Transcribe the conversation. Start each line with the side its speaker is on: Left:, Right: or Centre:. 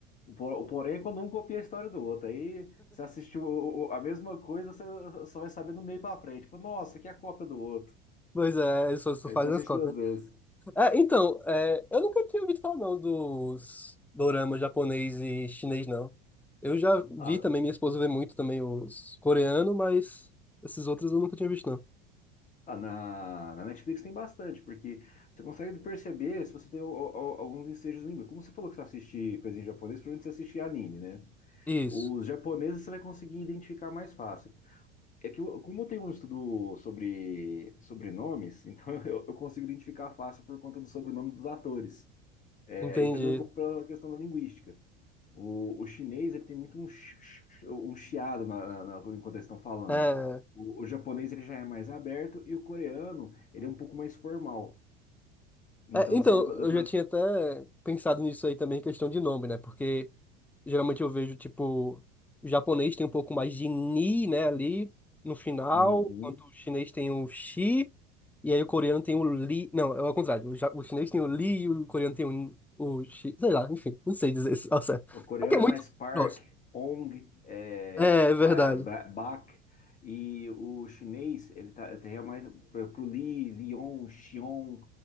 Left: O, por- o porém, é quando um copia a história do outro, aí você assistiu o- o- a mesma coisa, você só vai saber do meio pra frente. Tipo, nossa, aqui é a cópia do outro.
Centre: pois é, eles só só
Left: Aí
Centre: fazem
Left: você assiste
Centre: as cópias.
Left: duas vezes.
Centre: É, então, é, eu nunca tinha ouvido falar não dos doramas japonês e chinês, não. Eu já vi
Left: Ah,
Centre: também, minha esposa vê muito também os coreanos, mas esses outros eu nunca tinha visto, não.
Left: Ah, na, na Netflix tem bastante, porque você consegue perceber se você tem al- al- alguns ensejos língua. Como você falou que você assiste coisinha em japonês, provavelmente você assiste anime, né?
Centre: Isso,
Left: Os japoneses você vai conseguir identificar mais fácil. É que eu- como eu tenho um estudo sobre sobrenomes, <laughs> então eu, eu consigo identificar fácil por conta do sobrenome dos atores. É,
Centre: entendi.
Left: e também um pouco pela questão da linguística. O, o chinês ele tem muito um, chi- chi- um chiado na, na- na- enquanto eles estão falando.
Centre: É,
Left: O, o japonês ele já é mais aberto e o coreano ele é um pouco mais formal. Então,
Centre: É, então,
Left: assim, dá pra, dá
Centre: eu
Left: pra-
Centre: já tinha até pensado nisso aí também, questão de nome, né? Porque geralmente eu vejo, tipo, o japonês tem um pouco mais de ni, né, ali no final,
Left: Uhum.
Centre: enquanto o chinês tem o xi, e aí o coreano tem o li. Não, é ao contrário, o, ja- o chinês tem o li e o coreano tem o, o xi. Sei lá, enfim, não sei dizer isso <laughs> ao certo.
Left: O coreano
Centre: É que é muito.
Left: é mais park,
Centre: Nossa.
Left: ong, é,
Centre: É, é verdade.
Left: ba- ba- bak. E o chinês, ele tá, ele é mais pro pro lee lion, xion.